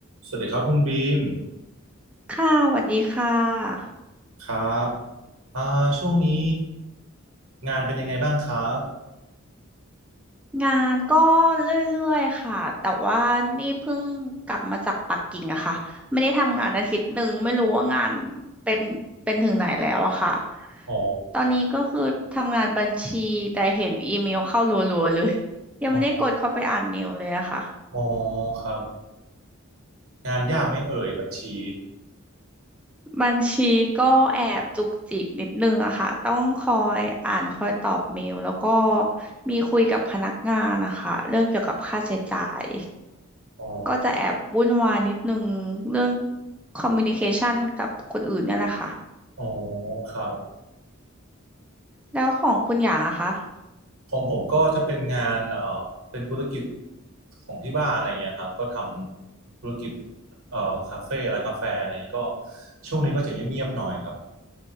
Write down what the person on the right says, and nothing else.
สวัสดีครับคุณบีม
ครับอ่าช่วงนี้งานเป็นยังไงบ้างครับ
อ๋อ
อ๋ออ๋อครับงานยากไหม่เอ่ยบัญชี
<laughs> อ๋อ
อ๋อครับ
ของผมก็จะเป็นงานเอ่อเป็นธุรกิจของที่บ้านอะไรเงี้ยครับก็ทำธุรกิจเอ่อคาเฟ่ร้านกาแฟอะไรก็ช่วงนี้ก็จะเงียบๆหน่อยครับ